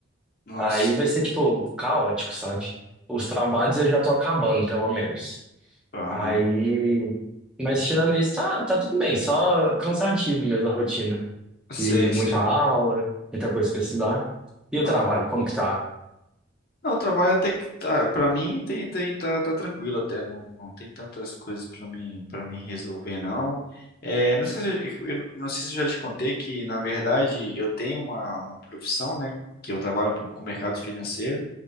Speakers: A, on the left; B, in the centre.
A: nossa.
B: Aí vai ser, tipo, caótico, sabe? Os trabalhos eu já tô acabando, pelo menos.
A: Aham.
B: Aí. Mas tirando isso, tá, tá tudo bem. Só cansativo mesmo a rotina.
A: Sei,
B: E muita
A: sei.
B: aula, muita coisa pra estudar. E o
A: Aham.
B: trabalho, como que tá?
A: Não, o trabalho até que tá, pra mim tem, tem, tá, tá tranquilo até, não, não tem tantas coisas pra mim, para mim resolver, não. É, não sei se, eu eu não sei se eu já te contei que, na verdade, eu tenho uma, uma profissão, né, que eu trabalho um pouco com o mercado financeiro,